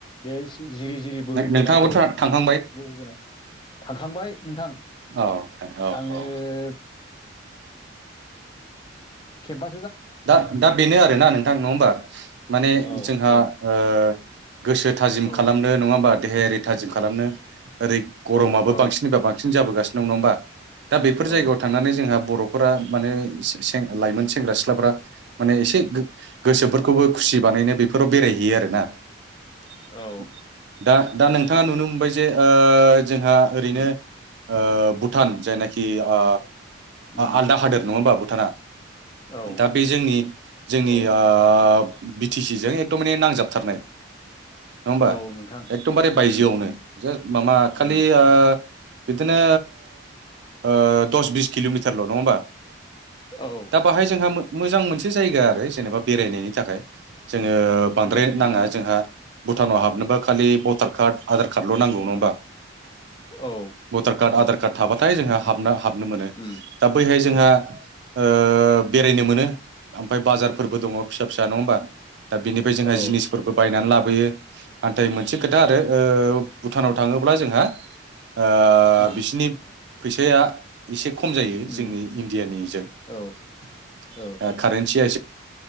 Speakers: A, on the left; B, on the right.
A: बे जिरि जिरि बोहैबोनायखौ
B: नोंथाङाबोथ' थांखांबाय
A: बोहैबोनो थांखांबाय नोंथां
B: औ औ
A: आङो
B: औ
A: खेबबा
B: दा दा बेनो आरोना नोंथां नङा ओमबा माने
A: औ
B: जोंहा
A: औ
B: ओ गोसो थाजिम
A: औ
B: खालामनो नङा ओमबा? देहायारि थाजिम खालामनो ओरै गरमाबो
A: औ औ
B: बांसिनबा बांसिन जाबोगासिनो दं नङा ओमबा? दा बेफोर
A: औ
B: जायगायाव थांनानै जोंहा बर'फोरा माने सें सें लाइमोन सेंग्रा सिख ख्लाफ्रा माने एसे गोसोफोरखौबो
A: उम
B: खुसि बानायनो बेफोराव बेरायहैयो आरोना ।
A: औ
B: दा दा नोंथाङा नुनो मोनबाय जे ओ जोंहा ओरैनो
A: उम
B: ओ भुटान जायनाखि ओ
A: उम
B: आलदा हादोर नङा होमबा भुटाना?
A: औ
B: दा बे जोंनि जोंनि
A: औ
B: ओ बि टि सिजों एकदम माने नांजाबथारनाय । नङा ओमबा
A: औ नोंथां
B: एकदमबारे बायजोआवनो
A: उम
B: जे माबा खालि
A: उम
B: ओ बिदिनो ओ द'स बिस किल'मिटारल' नङा होमबा
A: औ,
B: दा बाहाय जोंहा मो- मोजां मोनसे जायगा आरो जेनेबा बेरायनायनि थाखाय जोङो। बांद्राय नाङा
A: उम
B: जोंहा भुटानाव हाबनोबा खालि भटार कार्ड आधार कार्डल' नांगौ नङा होमबा।
A: औ उम औ
B: भटार कार्ड आधार कार्ड थाबाथाय जोंहा हाबनो हा- हाबनो मोनो
A: उम
B: दा बैहाय जोंहा ओ- बेरायनो मोनो ओमफ्राय बाजारफोरबो दङ फिसा फिसा नङा होमबा। दा बिनिफ्राय जोंहा
A: औ
B: जिनिसफोरबो बायनानै ला बोयो नाथाय मोनसे खोथा आरो ओ भुटानाव थाङोब्ला जोंहा। ओ
A: आ
B: बिसिनि फैसाया एसे खम खम जायो
A: उम
B: जोंनि इन्दिया नि जों ओ
A: औ औ
B: खारिनसिया एसे